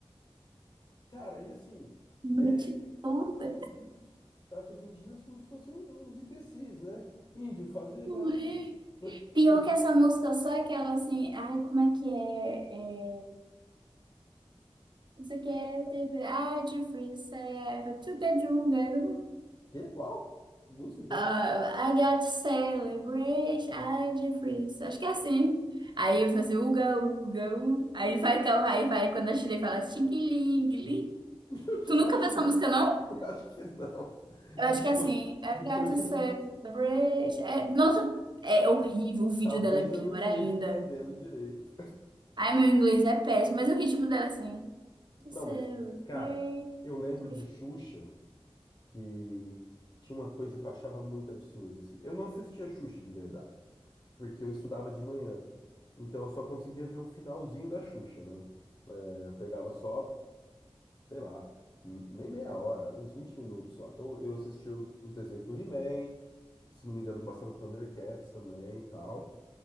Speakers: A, on the left; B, on the right.
A: Cara, e assim,
B: noite
A: é,
B: toda.
A: trata os índios, trata os indígenas como se fossem um- uns imbecis, né? Índio, fazer barulho.
B: Ué.
A: Tipo,
B: Pior que essa música, só é aquela assim... Ai, como é que é? É... Não sei o que é... teve- Ah, de freestyle, to the jungle.
A: que? Qual? Que música que
B: Ah,
A: é? essa?
B: I got to celebrate a difference. Acho que é assim. Aí eu faço assim, uga, uga, uga. Aí vai, cal- aí vai, quando a Chile fala tingue-lingue.
A: <laughs> Que
B: Tu nunca
A: raio
B: viu
A: de
B: essa
A: música?
B: música, não?
A: <laughs> Acho que não.
B: Eu
A: <laughs>
B: acho
A: Depois,
B: que é assim. I
A: depois
B: got to
A: você
B: celebrate.
A: me.
B: É, nossa, é horrível. O vídeo
A: Talvez
B: dela é pior
A: eu não esteja
B: ainda.
A: entendendo direito.
B: Ai, meu inglês é péssimo, mas o ritmo dela é assim.
A: <laughs>
B: To
A: Não,
B: celebrate.
A: mas, cara, eu lembro
B: a difference.
A: de Xuxa. que tinha uma coisa que eu achava muito absurda, assim. Eu não assistia Xuxa de verdade, porque eu estudava de manhã. Então eu só conseguia ver o finalzinho da Xuxa, né? É, Eu pegava só, sei lá, n- nem meia hora, uns 20 minutos só. Então eu assistia os, os desenhos do He-Man, se não me engano, passava Thundercats também e tal.